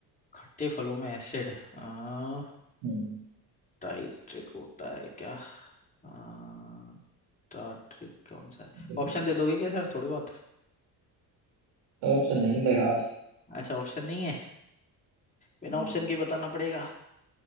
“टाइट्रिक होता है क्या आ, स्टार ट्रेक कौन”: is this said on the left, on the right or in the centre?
Left